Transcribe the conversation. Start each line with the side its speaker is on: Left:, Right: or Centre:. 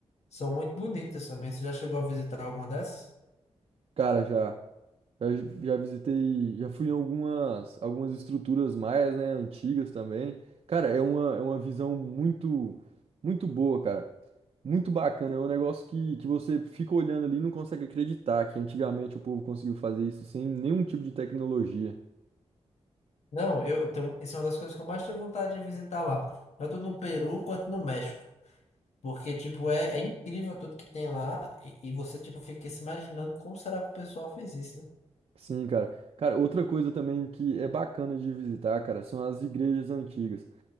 Left: são muito bonitas também. Você já chegou a visitar alguma dessas?
Right: Cara, já. Já, já visitei, já fui em algumas, algumas estruturas maias, né, antigas também. Cara, é uma, é uma visão muito, muito boa, cara. Muito bacana. É um negócio que, que você fica olhando ali e não consegue acreditar que antigamente o povo conseguiu fazer isso sem nenhum tipo de tecnologia.
Left: Não, eu eu tenho, isso é uma das coisas que eu mais tenho vontade de visitar lá. Tanto no Peru quanto no México. Porque, tipo, é, é incrível tudo que tem lá. E, e você, tipo, fica se imaginando como será que o pessoal fez isso, né?
Right: Sim, cara. Cara, outra coisa também que é bacana de visitar, cara, são as igrejas antigas.